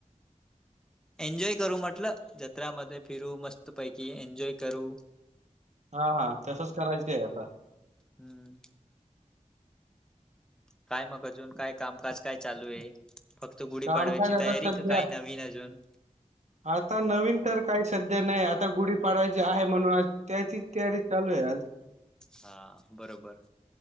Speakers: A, in the centre; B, on the right.
A: एन्जॉय करू म्हटलं जत्रामध्ये फिरू मस्त पैकी एन्जॉय करू.
B: हा हा तसंच करायच आहे आता.
A: हम्म. काय मग अजून काय कामकाज काय चालू आहे. फक्त गुढी
B: काम
A: पाडव्याची
B: काय आता
A: तयारी
B: सध्या
A: क काही नवीन अजून.
B: आता नवीन तर काही सध्या नाही आता गुढी पाडवायची आहे म्हणून आज त्याचीच तयारी चालू आहे आज.
A: हा बरोबर.